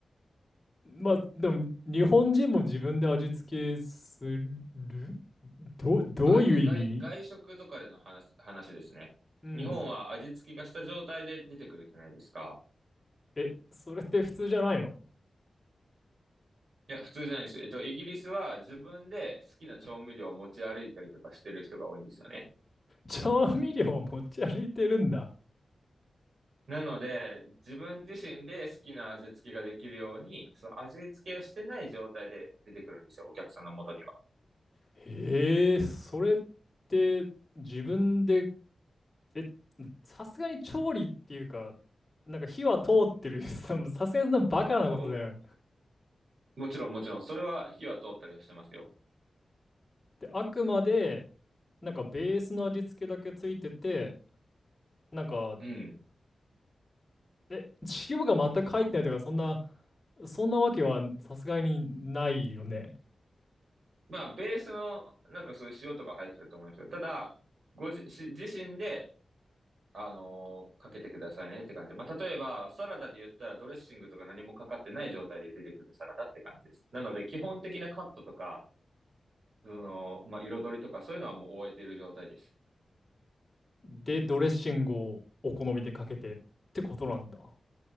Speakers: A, on the left; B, on the right.
A: まあ、でも、日本人も自分で味付けするど、どういう意味
B: あ、えっと、外、外食とかでの話、話ですね。
A: うん。
B: 日本は味付けがした状態で出てくるじゃないですか。
A: え、それって普通じゃないの
B: いや、普通じゃないです。えっと、イギリスは自分で好きな調味料を持ち歩いたりとかしてる人が多いんですよね。
A: 調味料を持ち歩いてるんだ。
B: なので、自分自身で好きな味付けができるように、その味付けをしてない状態で出てくるんですよ、お客さんの元には。
A: へえ、それって自分で、え、さすがに調理っていうか、なんか火は通ってる。<laughs> さすがにそんなバカなことだよね。
B: おもちろん、もちろん、それは火は通ったりはしてますよ。
A: で、あくまで、なんかベースの味付けだけついてて、なんか
B: うん。
A: <laughs> 塩が全く入ってないとか、そんな、そんなわけはさすがにないよね。
B: まあ、ベースの、なんかそういう塩とか入ってると思いますよただ、ごじ、し自身で、あのーかけてくださいねって感じ。まあ、例えば、サラダで言ったらドレッシングとか何もかかってない状態で出てくるサラダって感じです。なので、基本的なカットとか、その、まあ、彩りとかそういうのはもう終えている状態です。
A: で、ドレッシングをお好みでかけてってことなんだ。